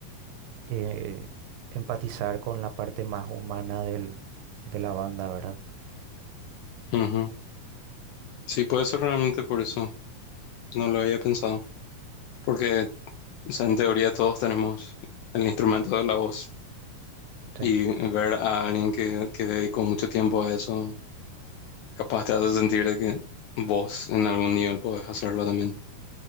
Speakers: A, on the right (about 85°); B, on the left (about 80°).
A: eh, empatizar con la parte más humana del, de la banda, ¿verdad?
B: Ujú. Sí, puede ser realmente por eso. No lo había pensado. Porque, o sea, en teoría todos tenemos el instrumento de la voz.
A: Sí.
B: Y ver a alguien que, que dedicó mucho tiempo a eso Capaz te hace sentir de que vos en algún nivel podés hacerlo también.